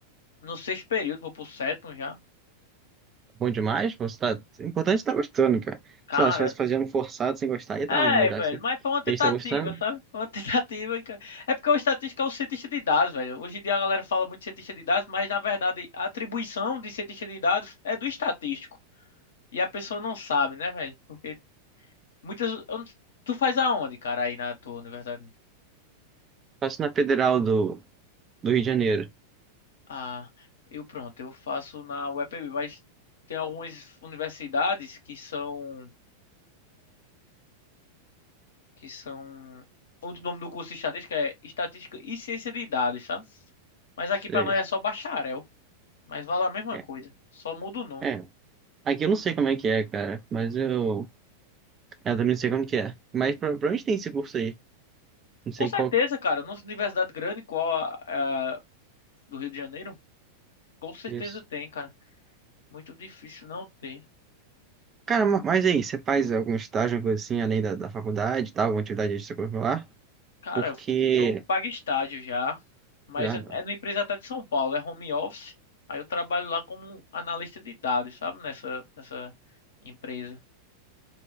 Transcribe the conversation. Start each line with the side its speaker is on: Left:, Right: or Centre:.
Left: no sexto período, vou pro sétimo já.
Right: Tá Bom demais, você tá... O importante é estar gostando, cara.
Left: Cara,
Right: Se ela estivesse fazendo forçado sem gostar, ia tá
Left: É,
Right: ruim, mas
Left: velho,
Right: já que você
Left: mas foi uma tentativa,
Right: fez, tá gostando,
Left: sabe? Foi Uma <laughs> tentativa. que- É porque o estatístico é o cientista de dados, velho. Hoje em dia a galera fala muito de cientista de dados, mas na verdade a atribuição de cientista de dados é do estatístico. E a pessoa não sabe, né, velho? Porque muitas. eu não- Tu faz aonde, cara, aí na tua universidade?
Right: faço na Federal do, do Rio de Janeiro.
Left: Ah, eu pronto, eu faço na UEPB, mas tem algumas universidades que são. que são. Outro nome do curso de estatística é Estatística e Ciência de Dados, sabe? Mas aqui pra
Right: É
Left: nós é só bacharel. Mas vale a mesma
Right: É.
Left: coisa. Só muda o nome.
Right: É. Aqui eu não sei como é que é, cara, mas eu... Eu também não sei como que é. Mas pra, pra onde tem esse curso aí? Não sei
Left: Com certeza,
Right: qual
Left: cara. Numa universidade grande, igual a, a do Rio de Janeiro, com certeza
Right: Isso.
Left: tem, cara. Muito difícil não ter.
Right: Cara, ma- mas e aí, você faz algum estágio, alguma coisa assim, além da, da faculdade e tal, alguma atividade extracurricular?
Left: Cara,
Right: Porque.
Left: eu pago estágio já. Mas
Right: Já,
Left: é,
Right: já.
Left: é numa empresa até de São Paulo. É home office. Aí eu trabalho lá como analista de dados, sabe? Nessa, nessa empresa.